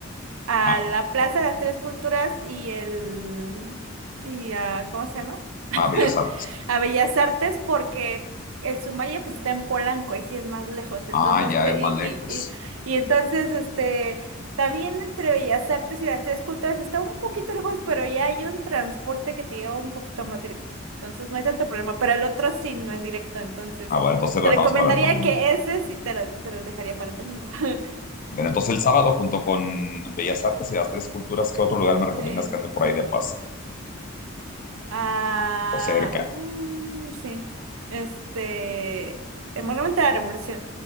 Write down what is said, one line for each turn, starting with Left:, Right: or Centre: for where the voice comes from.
Right: a
Left: Ah,
Right: la Plaza de las Tres Culturas y el... y a, ¿cómo se llama? <laughs>
Left: ah, Bellas Artes.
Right: a Bellas Artes porque el Sumaya pues está en Polanco y sí es más lejos. Entonces,
Left: Ah, ya
Right: pe-
Left: es
Right: y,
Left: más lejos.
Right: y, y, y entonces, este, también entre Bellas Artes y las tres culturas está un poquito lejos, pero ya hay un transporte que te lleva un poquito más directo. Entonces, no hay tanto problema, pero el otro sí no es directo. Entonces,
Left: Ah, bueno, entonces lo
Right: te
Left: dejamos
Right: recomendaría
Left: para el domingo.
Right: que ese sí te lo, te lo dejaría para el domingo. <laughs>
Left: Bueno, entonces el sábado junto con Bellas Artes y las Tres Culturas, ¿qué otro lugar me recomiendas
Right: Sí.
Left: que ande por ahí de paz
Right: Ah,
Left: o cerca?
Right: uh, sí. Este, el Monumento a la Revolución.